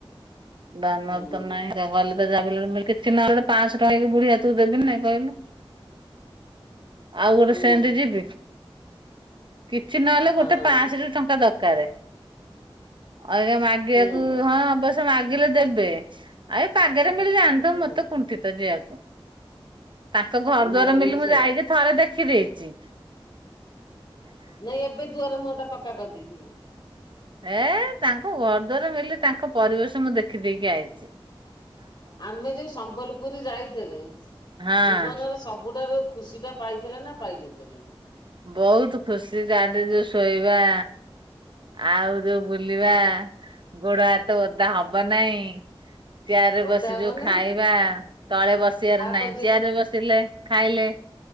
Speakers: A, on the right (about 55°); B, on the left (about 50°).
A: ଦାନର
B: ହୁଁ।
A: ତ ନାହିଁ <unintelligible> କିଛି ନହେଲେ ପାଞ୍ଚଶହ ଟଙ୍କା ବୁଢ଼ୀ ହାତକୁ ଦେବି ନାଇଁ କହିଲୁ।
B: <unintelligible>
A: ଆଉ ଗୋଟେ
B: ହୁଁ
A: ସେମିତି ଯିବି କିଛି ନହେଲେ
B: ହଁ
A: ଗୋଟେ ପାଶଁ ଟି ଟଙ୍କା ଦରକାର <unintelligible> ମାଗିବାକୁ
B: ହୁଁ
A: ହଁ ଅବସ୍ୟୟ ମାଗିଲେ ଦେବେ। ଆଉ ଏ ପାଗରେ ମିଳି ଜାଣିଥିବ
B: ହୁଁ।
A: ମତେ କୁଣ୍ଠିତ ଯିବାକୁ। ତାଙ୍କ ଘର ଦ୍ଵାର
B: ମୋର
A: ମିଲି
B: ବି ସେଇଆ
A: ମୁଁ ଯାଇକି ଥରେ ଦେଖି ଦେଇଛି।
B: ନାଇଁ ଏବେ ଦୁଆର ମୁହଁ ଟା ପକ୍କା କରିଦେଇଚି।
A: ଏ ତାଙ୍କୁ ଘର ଦ୍ବାର ମିଲି ତାଙ୍କ ପରିବେଶ ମୁଁ ଦେଖିଦେଇକି ଆଇଛି।
B: ଆମେ ଯୋଉ ସମ୍ବଲପୁରୀ ଯାଇଥିଲେ
A: ହଁ
B: ଜୀବନର ସବୁ ସବୁଠାରୁ ଖୁସି ଟା ପାଇଥିଲା ନା ପାଇନଥିଲେ?
A: ବହୁତ୍ ଖୁସି ଗାଡି ଯୋଉ ଶୋଇବା। ଆଉ ଯୋଉ ବୁଲିବା ଗୋଡ ହାତ ଓଦା ହବ ନାହିଁ। ଚେୟାର ରେ
B: ଓଦା
A: ବସି ଯୋଉ
B: ମାନେ
A: ଖାଇବା ତଳେ ବସିବାର
B: ତାପରେ
A: ନାହିଁ
B: ଯୋଉ
A: ଚେୟାରରେ ବସିଲେ ଖାଇଲେ